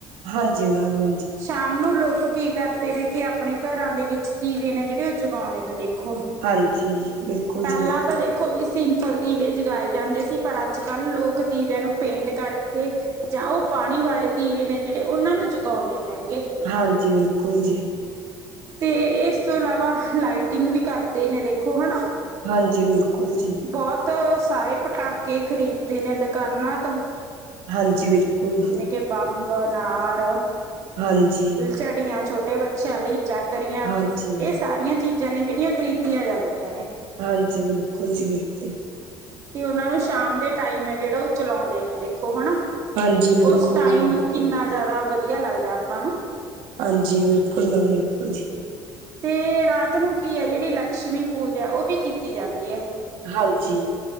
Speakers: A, on the right; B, on the right.
A: ਹਾਂਜੀ ਮੈਮ ਹਾਂ
B: ਸ਼ਾਮ ਨੂੰ ਲੋਕ ਕੀ ਕਰਦੇ ਨੇ ਕਿ ਆਪਣੇ ਘਰਾਂ ਦੇ ਵਿੱਚ ਦੀਵੇ ਨੇ ਜਿਹੜੇ ਉਹ ਜਗਾਉਂਨੇ ਨੇ ਦੇਖੋ।
A: ਹਾਂਜੀ ਬਿਲਕੁਲ
B: ਪਹਿਲਾਂ
A: ਜੀ ਬਿਲਕੁਲ
B: ਤਾਂ ਦੇਖੋ ਵੀ ਸੀ ਪਲ ਦੀਵੇ ਜਗਾਏ ਜਾਂਦੇ ਸੀ ਪਰ ਅੱਜ ਕੱਲ ਲੋਕ ਦੀਵਿਆਂ ਨੂੰ ਪੇਂਟ ਕਰਕੇ ਜਾਂ, ਉਹ ਪਾਣੀ ਵਾਲੇ ਦੀਵੇ ਨੇ, ਜਿਹੜੇ ਉਹਨਾਂ ਨੂੰ ਜਗਾਉਂਦੇ ਨੇ ਗੇ
A: ਹਾਂਜੀ, ਬਿਲਕੁਲ ਜੀ
B: ਤੇ ਇਸ ਤੋਂ ਇਲਾਵਾ, ਲਾਈਟਿੰਗ ਵੀ ਕਰਦੇ ਨੇ ਦੇਖੋ ਹੈਨਾ
A: ਹਾਂਜੀ, ਬਿਲਕੁਲ ਜੀ।
B: ਬਹੁਤ ਸਾਰੇ ਪਟਾਕੇ ਖ਼ਰੀਦਦੇ ਨੇ, ਦੁਕਾਨਾਂ ਤੋਂ
A: ਹਾਂਜੀ ਬਿਲਕੁਲ।
B: ਤੇ ਬੰਬ, ਨਾਰ
A: ਹਾਂਜੀ
B: ਝੜੀਆਂ ਛੋਟੇ ਬੱਚਿਆਂ ਲਈ ਚਾਕਰੀਆਂ
A: ਹਾਂਜੀ
B: ਇਹ ਸਾਰੀਆਂ ਚੀ ਜ਼ਾਂ ਨੇ ਜਿਹੜੀਆਂ ਖਰੀਦੀਆਂ ਜਾਂਦੀਆਂ ਨੇ।
A: ਹਾਂਜੀ ਬਿਲਕੁਲ ਜੀ ਬਿਲਕੁਲ।
B: ਤੇ ਉਹਨਾ ਨੂੰ ਸ਼ਾਮ ਦੇ ਟਾਈਮ ਹੈ ਜਿਹੜਾ ਉਹ ਚਲਾਉਂਦੇ ਨੇ ਦੇਖੋ ਹਨਾ।
A: ਹਾਂਜੀ ਬਿਲਕੁਲ
B: ਉਸ ਟਾਈਮ
A: ਜੀ ਬਿਲਕੁਲ
B: ਕਿੰਨਾ ਜਾਦਾ ਵਧੀਆ ਲੱਗਦਾ ਆਪਾਂ ਨੂੰ।
A: ਹਾਂਜੀ ਬਿਲਕੁਲ ਮੈਮ ਬਿਲਕੁਲ ਜੀ।
B: ਅਤੇ ਰਾਤ ਨੂੰ ਕੀ ਹੈ ਜਿਹੜੀ ਲਕਸ਼ਮੀ ਪੂਜਾ ਉਹ ਵੀ ਕੀਤੀ ਜਾਂਦੀ ਹੈ।
A: ਹਾਂਜੀ।